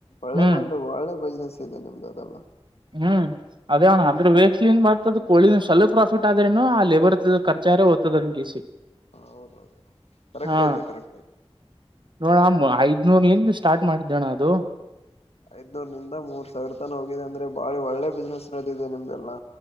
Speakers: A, on the left; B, on the right.
A: ಒಳ್ಳೆ
B: ಹ್ಮ್
A: ಮಂಡು ಒಳ್ಳೆ ಬಿಸ್ನೆಸ್ ಇದೆ ನಿಮ್ದು ಅದೆಲ್ಲ.
B: ಹ್ಮ್ ಅದೇ ಅವಣ ಅದ್ರ ವೇಸ್ಟ್ ಏನ್ ಬತದ ಕೋ ಸ್ವಲಪ ಪ್ರಾಫಿಟ್ ಆದ್ರೇನು ಆ ಲೇಬರ್ ಖರ್ಚಾರ ಓದ್ತ. ಗ ಸಿ.
A: ಹೌದೌದು ಕರೆಕ್ಟ್
B: ಹಾ
A: ಐತೆ ಕರೆಕ್ಟ್ ಐತೆ
B: ನೋಡಮ್ಮ ಐದ್ನೂರು ಎನ್ಷ್ಟ. ಸ್ಟಾರ್ಟ್ ಮಾಡಿದ್ದೇಣ ಅದು.
A: ಐದ್ನೂರ್ ನಿಂದ ಮೂರ್ ಸಾವಿರ ತನ ಹೋಗಿದೆ ಅಂದ್ರೆ ಬಾಿ ಒಳ್ಳೆ ಬಿಸ್ನೆಸ್ ನ ಇದೆ ನಿಮ್ದಲ್ಲಾ